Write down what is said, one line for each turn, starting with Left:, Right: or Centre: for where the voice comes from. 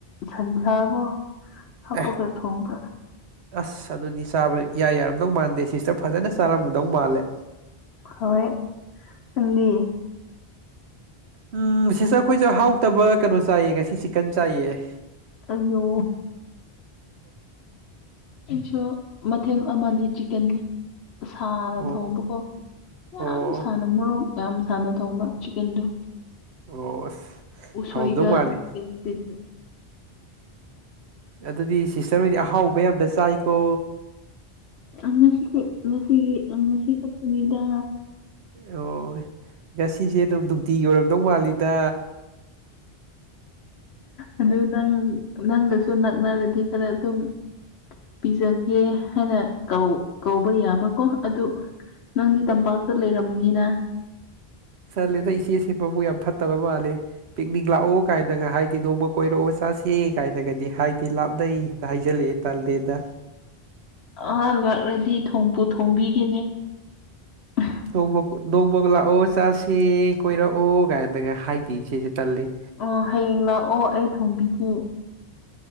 Left: ꯁꯟꯁꯥꯕ ꯍꯥꯞꯄꯒ
Right: ꯑꯦ
Left: ꯊꯣꯡꯕ
Right: ꯑꯁ ꯑꯗꯨꯗꯤ ꯆꯥꯕ ꯌꯥꯏ ꯌꯥꯔꯝꯗꯧ ꯃꯥꯟꯗꯦ ꯁꯤꯁꯇ ꯐꯖꯅ ꯆꯥꯔꯝꯃꯗꯧ ꯃꯥꯜꯂꯦ
Left: ꯍꯣꯏ ꯅꯪꯗꯤ
Right: ꯎꯝ ꯁꯤꯁꯦ ꯑꯩꯈꯣꯏꯁꯨꯦ ꯍꯥꯎꯇꯕ ꯀꯩꯅꯣ ꯆꯥꯏꯌꯦ ꯉꯁꯤ ꯆꯤꯛꯀꯟ ꯆꯥꯏꯑ
Left: ꯑꯅꯣ ꯑꯩꯁꯨ ꯃꯊꯦꯜ ꯑꯃꯗꯤ ꯆꯤꯀꯟꯅꯤ ꯁꯥꯅ
Right: ꯑꯣ
Left: ꯊꯣꯡꯕꯀꯣ ꯌꯥꯝ
Right: ꯑꯣ
Left: ꯁꯥꯅ ꯃꯣꯔꯣꯛ ꯌꯥꯝ ꯁꯥꯅ ꯊꯣꯡꯕ ꯆꯤꯛꯀꯟꯗꯣ
Right: ꯑꯣ
Left: ꯎꯁꯣꯏꯒ
Right: ꯍꯥꯎꯔꯝꯗꯧ ꯃꯥꯜꯂꯦ
Left: ꯀꯩꯅꯣꯗꯗꯤ
Right: ꯑꯗꯨꯗꯤ ꯁꯤꯁꯇꯔ ꯑꯣꯏꯗꯤ ꯑꯍꯥꯎꯕ ꯌꯥꯝꯗ ꯆꯥꯏꯀꯣ
Left: ꯉꯁꯤ ꯉꯁꯤꯒꯤ ꯉꯁꯤ ꯈꯛꯄꯅꯤꯗ
Right: ꯑꯣ ꯉꯁꯤꯁꯦ ꯑꯗꯨꯝ ꯅꯨꯡꯇꯤ ꯌꯧꯔꯝꯗꯧ ꯃꯥꯜꯂꯤꯗ
Left: ꯑꯗꯨ ꯅꯪ ꯅꯪꯒꯁꯨ ꯅꯛꯅꯔꯗꯤ ꯈꯔ ꯑꯗꯨꯝ ꯄꯤꯖꯒꯦ ꯍꯥꯏꯅ ꯀꯧꯕ ꯌꯥꯕꯀꯣ ꯑꯗꯨ ꯅꯪꯗꯤ ꯇꯝꯄꯥꯛꯇ ꯂꯩꯔꯝꯅꯤꯅ
Right: ꯆꯠꯂꯦꯗꯣ ꯏꯆꯦꯁꯦ ꯄꯥꯃꯨꯡ ꯌꯥꯝ ꯐꯠꯇꯕ ꯃꯥꯜꯂꯦ ꯄꯤꯛꯅꯤꯡꯛ ꯂꯥꯛꯑꯣ ꯀꯥꯏꯅꯒ ꯍꯥꯏꯗꯤ ꯅꯣꯡꯃ ꯀꯣꯏꯔꯛꯑꯣ ꯆꯥꯁꯦ ꯀꯥꯏꯅꯒꯗꯤ ꯍꯥꯏꯗꯤ ꯂꯥꯞꯅꯩ ꯇ ꯍꯥꯏꯖꯜꯂꯛꯑꯦ ꯇꯥꯜꯗꯦꯗ
Left: ꯑꯍ ꯂꯥꯛꯂꯗꯤ ꯊꯣꯡꯕꯨ ꯊꯣꯡꯕꯤꯈꯤꯅꯦ ꯎ
Right: ꯅꯣꯡꯃ ꯅꯣꯡꯃꯒ ꯂꯥꯛꯑꯣ ꯆꯥꯁꯤꯦ ꯀꯣꯏꯔꯛꯑꯣ ꯀꯥꯏꯅꯗꯒ ꯍꯥꯏꯗꯤ ꯁꯤꯁꯦ ꯇꯜꯂꯤ
Left: ꯑꯣ ꯍꯌꯦꯡ ꯂꯥꯛꯑꯣ ꯑꯩ ꯊꯣꯡꯕꯤꯈꯤ